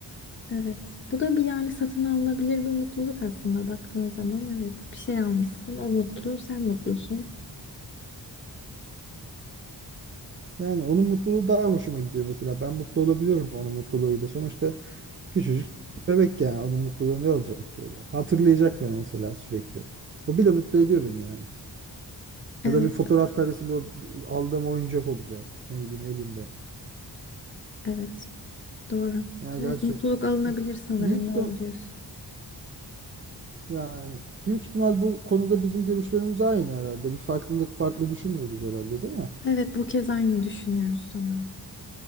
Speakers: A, on the left; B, on the right.
A: Evet. Bu da bir yani satın alınabilir bir mutluluk aslında baktığın zaman. Evet. Bir şey almışsın. O mutlu. Sen mutlusun.
B: Yani onun mutluluğu daha hoşuma gidiyor mesela. Ben mutlu olabiliyorum onun mutluluğuyla. Sonuçta küçücük bebek yani. Onun mutluluğu ne olacak böyle? Hatırlayacak beni mesela sürekli. O bile mutlu ediyor beni yani.
A: Evet.
B: Ya da bir fotoğraf karesinde o aldığım oyuncak olacak. Ne bileyim elinde.
A: Evet. Doğru.
B: Yani
A: Evet.
B: gerçekten.
A: Mutluluk alınabilir sanırım.
B: Büyük ihtim-
A: Doğru diyorsun.
B: yani büyük ihtimal bu konuda bizim görüşlerimiz aynı herhalde. Bir farklılık farklı düşünmüyoruz herhalde değil mi?
A: Evet. Bu kez aynı düşünüyoruz sanırım.